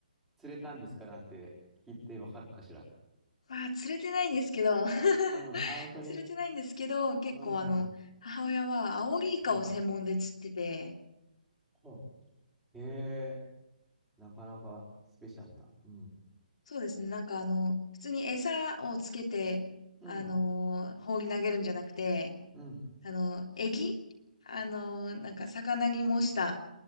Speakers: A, in the centre; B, on the left.
A: 釣れたんですかなんて聞いてわかるかしら。
B: まあ、釣れてないんですけど、<laughs>
A: うん、あ、本当に。
B: 釣れてないんですけど、結構あの、
A: うん。
B: 母親はアオリイカを専門で釣ってて、
A: うん。ほうへえ、なかなかスペシャルな。うん。
B: そうですね。なんかあの、普通に餌をつけて、
A: うん。
B: あのー放り投げるんじゃなくて、
A: うん。
B: あの、エギあのーなんか魚に模した